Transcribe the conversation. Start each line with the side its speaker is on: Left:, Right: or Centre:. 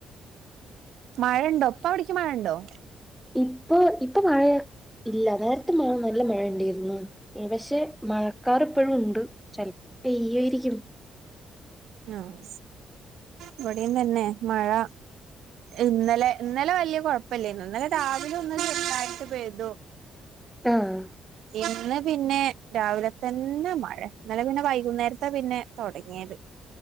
Right: മഴണ്ടോ ഇപ്പ അവിടിക്കി മഴ ണ്ടോ
Centre: ഇപ്പൊ ഇപ്പ മഴ ഇല്ല നേരത്തെ നല്ല മഴ ഉണ്ടായിരുന്നു പക്ഷെ മഴക്കാർ ഇപ്പഴും ഉണ്ട് ചലപ്പ പെയ്യായിരിക്കും
Right: അഹ് ഇവിടേം തന്നെ മഴ ഇന്നലെ ഇന്നലെ വല്യായ കൊഴപ്പല്ലേനു ഇന്നലെ രാവിലെ ഒന്ന് ചെറുതായിട്ട് പെയ്തു
Centre: ആഹ്
Right: ഇന്ന് പിന്നെ രാവില തന്നെ മഴ ഇന്നലെ പിന്നെ വൈകുന്നേരത്താ പിന്നെ തൊടങ്ങിയത്